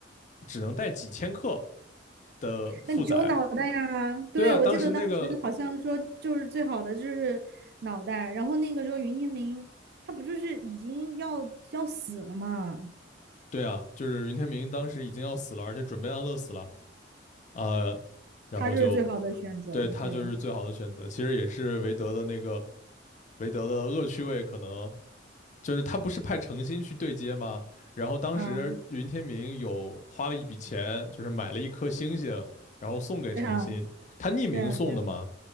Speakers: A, on the left (about 40°); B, on the right (about 55°).
A: 只能带几千克的负载。
B: 那只有脑袋呀，对，
A: 对啊，
B: 我记得当时好像说就是最好的就是脑袋，
A: 当时那个，
B: 然后那个时候云天明他不就是已经要要死了嘛，
A: 对啊，就是云天明当时已经要死了，而且准备安乐死了，呃，然后就
B: 他就是最好的选择。
A: 对他就是最好的选择。
B: 对，
A: 其实也是韦德的那个韦德的恶趣味，可能就是他不是派程心去对接吗？然后当时云天明有花了一笔钱，
B: 啊，
A: 就是买了一颗星星，然后送给程心，
B: 对啊，
A: 他匿名送的嘛。
B: 对啊，对啊，